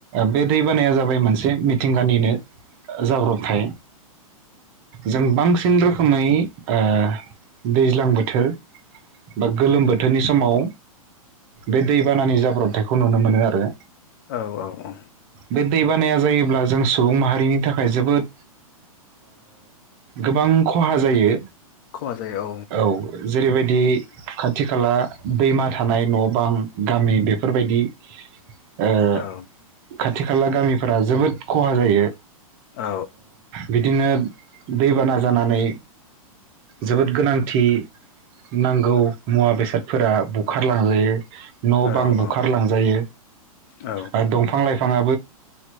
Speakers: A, on the right; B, on the left.
A: बे दै बानाया जाबाय मोनसे मिथिंगानिनो जाब्रबथाय जों बांसिन सिन रोखोमै ओ दैज्लां बोथोर बा गोलोम बोथोर नि समाव बे दैबानानि जाब्रथाय बे खौ नुनो मोनो आरो
B: औ औ औ
A: बे दै बानाया जायोब्ला जों सुबुं माहारिनि थाखाय जोबोद गोबां खहा जायो
B: खहा जायो
A: औ जेरैबायदि खाथि खाला दैमा थानाय न' बां गामि बेफोरबायदि ओ
B: औ
A: खाथि खाला गामिफोरा जोबोद खहा जायो
B: औ
A: बिदिनो दैबाना जानानै जोबोद गोनांथि नांगौ मुवा बेसादफोरा बुखारलांजायो न'
B: औ
A: बां
B: औ
A: बुखारलांजायो
B: औ
A: आरो दंफां लाइफां बिफाङआ